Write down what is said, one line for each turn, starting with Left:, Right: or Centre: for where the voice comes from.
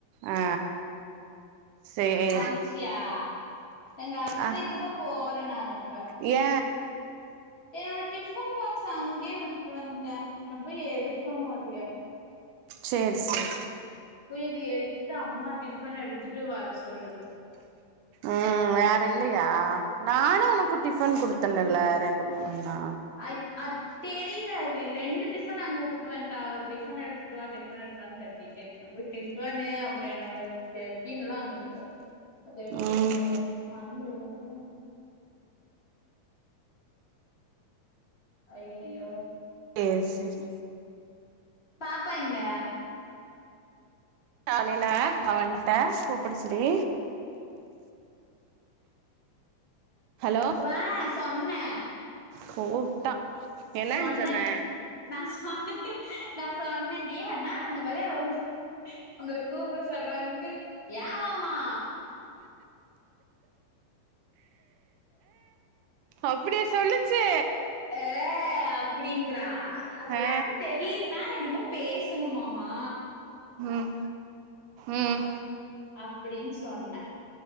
Right: ஆ சேரி
Left: சமச்சியா எங்க அத்தைட்ட
Right: ஆ
Left: தா போறே நானு இப்ப
Right: ஏ
Left: என்னோட டிஃபன் பாக்ஸ் அங்கேயே விட்டுட்டு வன்ட்டே நா போய் எடுக்கணு அதயே
Right: சேரி சேரி
Left: போய் அத எடுத்துட்டு அம்மா டிஃபன் எடுத்துட்டு வர சொல்லுது
Right: ம் வேற இல்லையா நானு உனக்கு டிஃபன் குடுத்தன்னல்ல ரெண்டு மூணுனா
Left: அய்த் அத் தெரியல அது ரெண்டு டிஃப்னா அங்க வுட்டுவண்டாங்க டிஃபன எடுத்துட்டுவா டிஃபன எடுத்துவானு கத்திட்டே நா போயி டிஃபனு அப்றோ என்னோட ஜெகீன்ல்லா அங்க கெடக் அத எடுத்துப்போனு
Right: ம்
Left: மண்னு இவ்ளவு அய்யய்யோ
Right: சேரி சேரி
Left: பாப்பா எங்க
Right: காலைல அவன்ட்ட கூப்பிட சொல்லி ஹலோ
Left: ஆ சொன்னே
Right: கூப்ட்டா என்னன்னு
Left: சொன்னதுக்கு
Right: சொன்ன
Left: நா சொ நா சொன்னன்டி அண்ணா அந்த மாரி அவங் உங்கள கூப்பிட சொல்றானுதுக்கு ஏவாமா
Right: அப்டியா சொல்லுச்சு
Left: ஏ அப்டிங்றா அப்டில்லா
Right: ஆ
Left: எனக் தெர்லீங்னா என்னமோ பேசணுமாமா
Right: ம் ம்
Left: அப்டின்னு சொன்னே